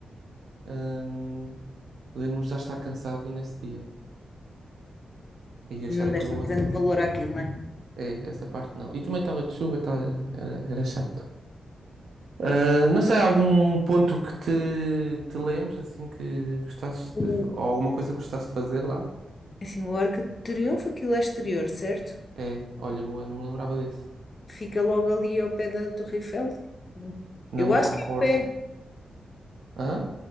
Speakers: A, on the right (about 75°); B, on the left (about 35°).
A: hum, lembro-me já estar cansado nesse dia e achar
B: Não
A: aquilo
B: deste
A: uma
B: um
A: seca.
B: grande valor àquilo, não é?
A: É, essa parte não. E também estava de chuva, tá- era, era chato. Ah, não sei, algum ponto que te, que te lembres, assim, que gostasses
B: O,
A: de... fa- Ou alguma coisa que gostasses de fazer lá?
B: assim, o Arco de Triunfo, aquilo é exterior, certo?
A: É, olha, boa, não me lembrava desse.
B: Fica logo ali ao pé da Torre Eiffel.
A: Não
B: Eu
A: me
B: acho
A: recordo.
B: que é ao pé.
A: Hã?